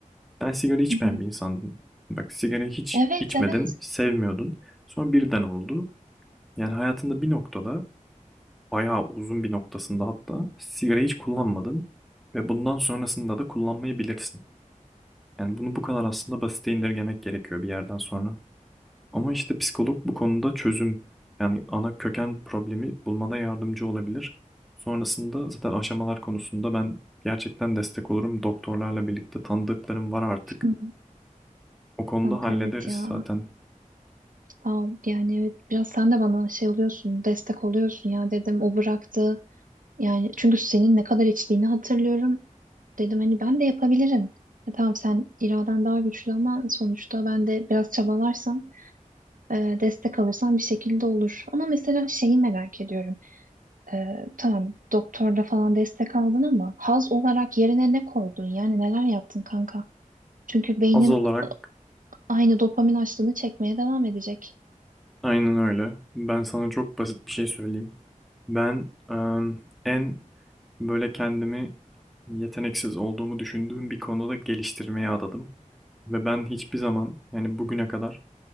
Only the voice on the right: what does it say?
hı hı.
Evet,
evet.
Hı.
Kanka
evet ya
sağ ol yani evet biraz sen de bana şey oluyorsun destek oluyorsun ya dedim o bıraktı Yani çünkü senin ne kadar içtiğini hatırlıyorum. Dedim hani ben de yapabilirim. E, tamam sen iraden daha güçlü ama sonuçta ben de biraz çabalarsam, e, destek alırsam bir şekilde olur. Ama mesela şeyi merak ediyorum. E, tamam doktorda falan destek aldın ama haz olarak yerine ne koydun? Yani neler yaptın kanka? Çünkü beynin
aynı dopamin açlığını çekmeye devam edecek.